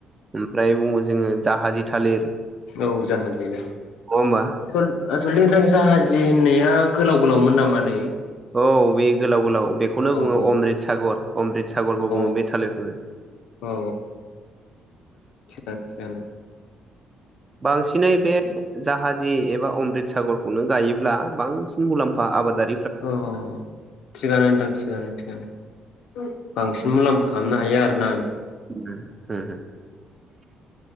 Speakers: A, on the right; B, on the left.
A: ओमफ्राय बुङो जोङो जाहाजि थालिर
B: औ जाहाजि <inaudible>
A: नङा होमबा
B: आसलथे नोंथां जाहाजि होननाया गोलाव गोलावमोन नामालै?
A: औ बे गोलाव गोलाव बेखौनो
B: अ
A: बुङो
B: अ
A: अमृत सागर अमृत सागरबो
B: औ
A: बुङो बे थालिरखौनो
B: औ थिगानो थिगानो
A: बांसिनै बे जाहाजि एबा अमृत सागरखौनो गायोब्ला बांसिन मुलाम्फा आबादा
B: अ अ अ थिगानो नोंथां थिगानो थिगानो बांस मुलाम्फा खालामनो हायो आरो ना।
A: <unintelligible>